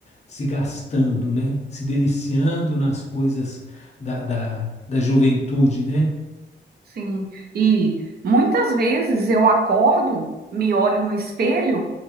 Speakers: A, on the left; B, on the right.
A: se gastando, né? Se deliciando nas coisas da, da, da juventude, né?
B: Sim, e muitas vezes eu acordo, me olho no espelho